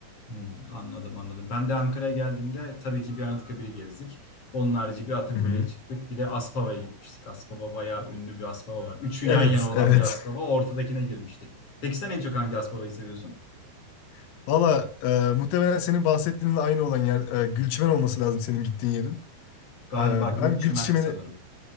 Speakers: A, on the left; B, on the left.
A: Hmm, anladım anladım. Ben de Ankara'ya geldiğimde tabii ki bir Anıtkabir'i gezdik. Onun harici bir Atakule'ye
B: Hı hı.
A: çıktık. Bir de Aspava'ya gitmiştik. Aspava bayağı ünlü bir Aspava var. Üçü
B: Evet,
A: yan yana olan
B: evet.
A: bir Aspava. Ortadakine girmiştik. Peki sen en çok hangi Aspava'yı seviyorsun?
B: <laughs> Valla e, muhtemelen senin bahsettiğinle aynı olan yer e, Gülçimen olması lazım senin gittiğin yerin.
A: Galiba
B: E,
A: Gülçimen'di
B: ben Gülçimen'i
A: sanırım.